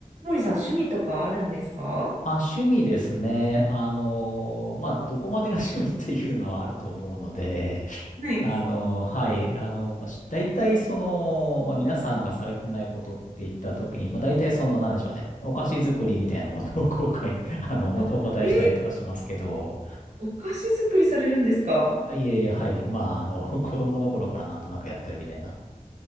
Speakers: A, on the right; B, on the left.
A: 森さん、趣味とかあるんですか
B: あ、趣味ですね。あの、まあ、どこまでが <laughs> 趣味っていうのはあると思うので、<laughs>
A: はい。
B: あの、はい、あの、まあ、し大体その、まあ、皆さんがされてないことって言ったときに、まあ、大体その、なんでしょうね、お菓子作りみたいなことを後悔、<laughs> あの、お答お答えしたりとかしますけど、
A: あ、えー、お菓子作りされるんですか
B: あいえいえ、はい、まあ、あの、<laughs> 子供の頃からなんとなくやってるみたいな。